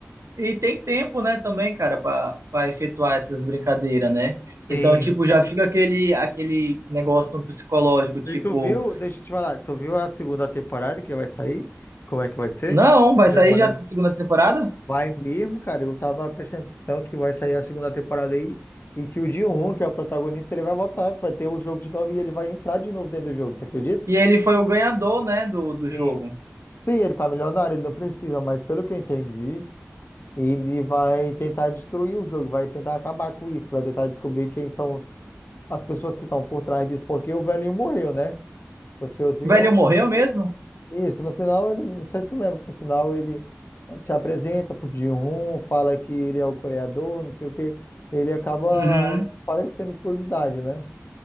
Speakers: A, on the right (about 85°); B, on the left (about 50°).
A: e tem tempo, né, também, cara, para para efetuar essas brincadeiras, né? Então,
B: Sim.
A: tipo, já fica aquele aquele negócio no psicológico, tipo,
B: E tu viu, deixa eu te falar, tu viu a segunda temporada que vai sair? Como é que vai ser?
A: não, vai
B: Eu dei
A: sair
B: uma olhada.
A: já a segunda temporada?
B: Vai mesmo, cara. Eu tava prestando atenção que vai sair a segunda temporada aí e que o Ji-hoon, que é o protagonista, ele vai voltar, vai ter o jogo de novo e ele vai entrar de novo dentro do jogo, você acredita?
A: E ele foi o ganhador, né, do, do jogo.
B: Sim. Sim, ele tá milionário, ele não precisa, mas pelo que eu entendi, ele vai tentar destruir o jogo, vai tentar acabar com isso, vai tentar descobrir quem são as pessoas que estão por trás disso, porque o velhinho morreu, né? O senhorzinho
A: O Velho
B: faleceu.
A: morreu mesmo?
B: Isso, no final ele, não sei se tu lembra, no final ele se apresenta pro Ji-hoon, fala que ele é o coreador, não sei o quê, ele acaba
A: Uhum.
B: falecendo por idade, né?